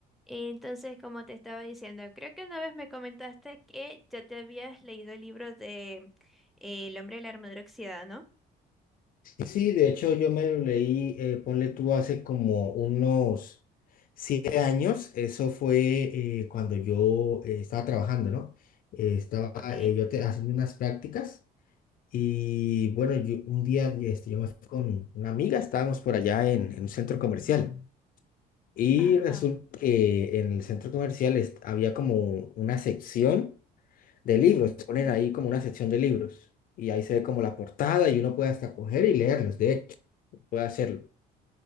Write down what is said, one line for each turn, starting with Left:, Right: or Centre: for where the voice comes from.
Centre: Entonces, como te estaba diciendo, creo que una vez me comentaste que ya te habías leído el libro de eh, El hombre de la armadura oxidada, ¿no?
Left: Sí, de hecho yo me lo leí, eh, ponle tú, hace como unos siete años, eso fue eh, cuando yo eh, estaba trabajando, ¿no? Eh, estaba
Centre: Ok.
Left: eh, yo te- haciendo unas prácticas y bueno, yo, un día este, yo me fui con una amiga, estábamos por allá en, en un centro comercial y
Centre: Ajá.
Left: resulta que en el centro comercial est- había como una sección de libros, ponen
Centre: Ok,
Left: ahí como una sección de libros y ahí se ve como la portada y uno puede hasta coger y leerlos, de hecho. Puedo hacerlo.